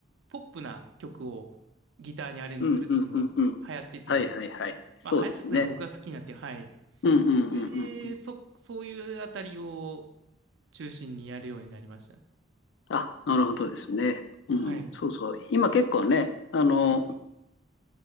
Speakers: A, on the right (about 80°); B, on the left (about 70°).
A: ポップな曲をギターにアレンジするっていうのが流行ってて、
B: うんうんうんうん。はいはいはい。そうですね。
A: まあ流行ってたというか僕が好きになって、はい。
B: うんうんうんうんうん。
A: それで、そ、そういうあたりを中心にやるようになりました。
B: あ、なるほどですね。うん、
A: はい。
B: そうそう。今結構ね、あの、
A: はい。